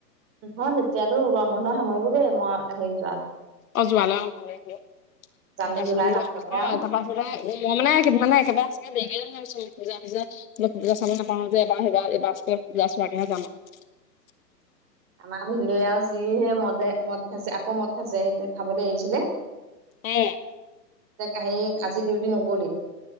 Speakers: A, on the right (about 25°); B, on the left (about 55°).
A: নহয়, তেতিয়াতো গৰম বন্ধ সামৰিবগে, মই হেৰি যোৱালে।
B: অ, যোৱালে অ, <unintelligible>
A: জানো
B: এতিয়া
A: জুলাই
B: ছোৱালীও
A: লাষ্টতহে আৰু
B: তাৰ পাছতে মই মানে কেইদিনমান চাগে দেৰিকে যাম ভাবিছিলোঁ, পূজা-সূজা। মই পূজা চাবলৈ নাপাওঁ যে এবাৰ, সেইবাৰ এইবাৰ চাগে পূজা চোৱাকেহে যাম আৰু। <inaudible>
A: আমাৰ ভিনদেউ আৰু যিহে মদে, মদ খাইছে, আকৌ মদ খাইছে, সেই খাবলৈ এৰিছিলে।
B: উম।
A: তাকে হেৰি আজি ডিউটি নগ'লেই,